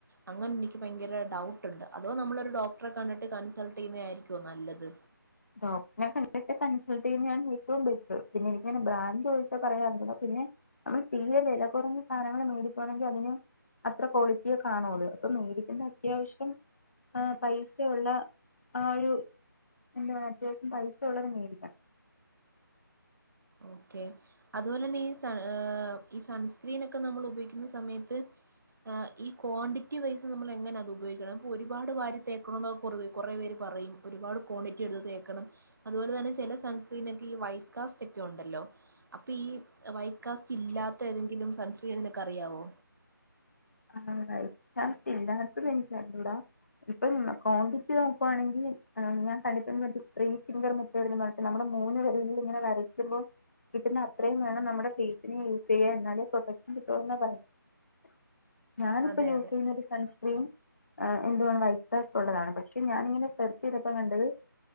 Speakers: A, on the right; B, on the left.
A: അങ്ങനെ എനിക്ക് ഭയങ്കര ഡൗ ട്ടുണ്ട് അഥവാ നമ്മളൊരു ഡോക്ടറെ കണ്ടിട്ട് കൺസൾട്ട് ചെയ്യുന്നതായിരിക്കും നല്ലത്
B: ഡോക്ടറിനെ കണ്ടിട്ട് കൺസൾട്ട് ചെയ്യുന്നാണ് ഏറ്റവും ബെറ്റർ പിന്നെ എനിക്കങ്ങനെ ബ്രാന്റ് ചോയിച്ചാ പറയാൻ അറിഞ്ഞൂട പിന്നെ നമ്മൾ തീരെ വില കുറഞ്ഞ സാധനങ്ങള് മേടിക്കാണെങ്കിൽ അതിന് അത്ര ക്വാളിറ്റിയേ കാണുള്ളൂ അപ്പൊ മേടിക്കുന്ന അത്യാവശ്യം ആഹ് പൈസയുള്ള ആ ഒരു എന്താ അത്യാവശ്യം പൈസ ഉള്ളത് മേടിക്കണം
A: ഓക്കെ അതുപോലെ തന്നെ ഈ സൺ ഏഹ് ഈ സൺസ്ക്രീൻ ഒക്കെ നമ്മൾ ഉപയോഗിക്കുന്ന സമയത്ത് ആഹ് ഈ ക്വാണ്ടിറ്റി വൈസ് നമ്മൾ എങ്ങനെ അത് ഉപയോഗിക്കണം അപ്പോ ഒരുപാട് വാരി തേക്കണന്നൊക്കെ കുറ കുറേ പേര് പറയും ഒരുപാട് ക്വാണ്ടിറ്റി എടുത്ത് തേക്കണം അതുപോലെ തന്നെ ചില സൺസ്ക്രീനൊക്കെ ഈ വൈറ്റ് കാസ്റ്റ് ഒക്കെ ഉണ്ട് ണ്ടല്ലോ അപ്പൊ ഈ വൈറ്റ് കാസ്റ്റ് ഇല്ലാത്ത ഏതെങ്കിലും സൺസ്ക്രീൻ നിനക്ക് അറിയാവോ
B: ആഹ് വൈറ്റ് കാസ്റ്റ് ഇല്ലാത്തത് എനിക്ക് അറിഞ്ഞൂട ഇപ്പം ക്വാണ്ടിറ്റി നോക്കുവാണെങ്കിൽ ഞാൻ കണ്ടിട്ട്ണ്ട്പ്പ മറ്റേ ത്രീ ഫിംഗർ മെത്തേഡ്ന്ന് പറഞ്ഞിട്ട് നമ്മടെ മൂന്ന് വിരലിൽ ഇങ്ങനെ വരയ്ക്കുമ്പോ കിട്ട്ന്ന അത്രയും വേണം നമ്മുടെ ഫേസിന് യൂസ് ചെയ്യാൻ എന്നാലേ പ്രൊട്ടക്ക്ഷൻ കിട്ടുള്ളൂ ന്ന പറയ ഞാനിപ്പ
A: അതെ
B: യൂസ്
A: അതെ
B: ചെയ്യുന്നത് സൺസ്ക്രീൻ എന്തുവാണ് വൈറ്റ് കാസ്റ്റ് ഉള്ളതാണ് പക്ഷെ ഞാനിങ്ങനെ സെർച്ച് ചെയ്തപ്പൊ കണ്ടത്